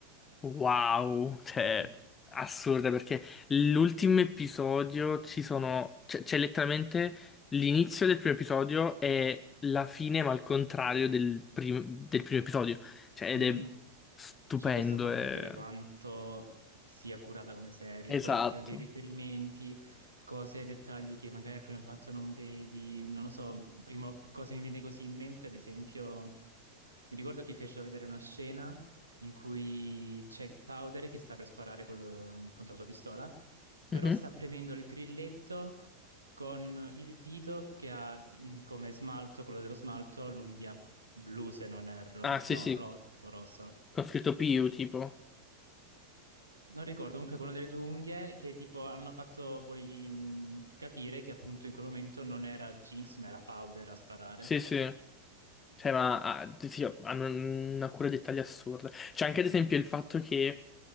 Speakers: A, on the left; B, on the right.
A: Wow, cioè,
B: Sì. eh.
A: assurda perché l'ultimo episodio ci sono, c'è c'è letteralmente l'inizio del primo episodio e la fine, ma al contrario del, prim- del primo episodio. Cioè, ed
B: Mhm.
A: è stupendo.
B: Cioè, questo fa
A: è-
B: capire quanto sia curata come serie,
A: Esatto.
B: poi è pieno di riferimenti, cose e dettagli che magari al primo impatto non vedi, non lo so, prima cosa mi viene così in mente, ad esempio, mi ricordo che fecero vedere una scena in cui c'è Powder che sta per sparare con lo- appunto, la sua pistola, però
A: Mhm.
B: sta premendo il grilletto con il dito che ha mh, come smalto, quello dello smalto, l'unghia blu se non erro,
A: Ah, sì,
B: no,
A: sì,
B: ro- o rosso.
A: con scritto PU tipo.
B: Non ricordo, comunque quello delle due unghie che tipo hanno fatto poi mh, capire che appunto in quel momento non era Jinx ma era Powder a sparare.
A: Sì, sì. Cioè, ma ah, sì, hanno una cura dei dettagli assurda. C'è anche,
B: Sì.
A: ad esempio, il fatto che